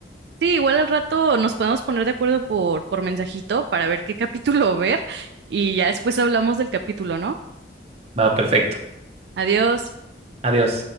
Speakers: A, on the right; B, on the right.
A: Sí, igual al rato nos podemos poner de acuerdo por, por mensajito para ver qué capítulo <laughs> ver y ya después hablamos del capítulo, ¿no?
B: Va, perfecto.
A: Adiós.
B: Adiós.